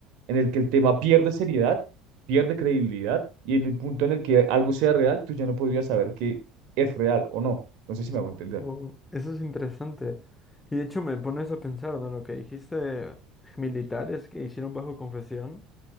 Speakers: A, on the right; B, on the left.
A: en el que el tema pierde seriedad, pierde credibilidad, y en el punto en el que algo sea real, tú ya no podrías saber que es real o no. No sé si
B: Oh,
A: me hago entender.
B: oh, eso es interesante. Y de hecho me pones a pensar, ¿no? Lo que dijiste, militares que hicieron bajo confesión.